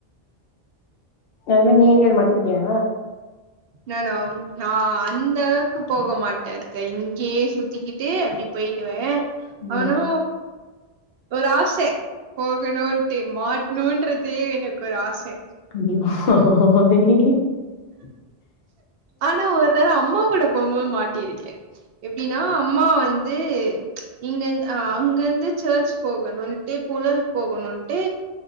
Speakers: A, on the left; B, on the right.
A: அது மாரி நீ எங்கேயாவது மாட்டி இருக்கியா
B: நானா நான் அந்த அளவுக்கு போக மாட்டேன் இங்கேயே சுத்திக்கிட்டு அப்படி போயிடுவேன்
A: ம்
B: ஆனா ஒரு ஆசை போகணுட்டு மாட்ணுன்றதே எனக்கு ஒரு ஆசை
A: <unintelligible> <inaudible>
B: ஆனா ஒரு தட அம்மா கூட போவும்போது மாட்டியிருக்கேன் எப்படின்னா அம்மா வந் து இங்கந்து அங்கிருந்து செர்ச் போகணும்ன்ட்டு புழல போகணுன்ட்டு